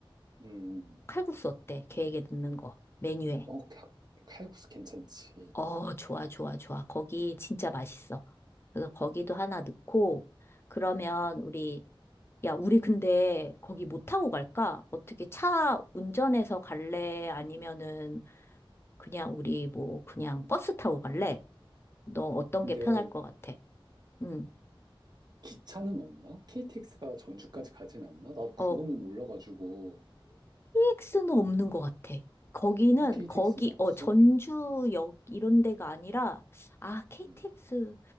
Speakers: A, on the right; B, on the left.
A: 음. 음.
B: 칼국수 어때? 계획에 넣는 거, 메뉴에.
A: 어, 카- 칼국수 괜찮지.
B: 어, 좋아, 좋아, 좋아. 거기 진짜 맛있어. 그래서 거기도 하나 넣고, 그러면 우리, 야, 우리 근데 거기 못 타고 갈까? 어떻게 차 운전해서 갈래? 아니면은 그냥 우리 뭐 그냥 버스 타고 갈래? 너 어떤
A: 근데
B: 게 편할 것 같아? 음.
A: 기차는 없나? KTX가 전주까지 가진 않나? 나도 그거는
B: 어,
A: 몰라가지고.
B: TX는 없는 것 같아. 거기는
A: 아, KTX는
B: 거기
A: 없어?
B: 어 전주역 이런 데가 아니라 아 KTX
A: 음.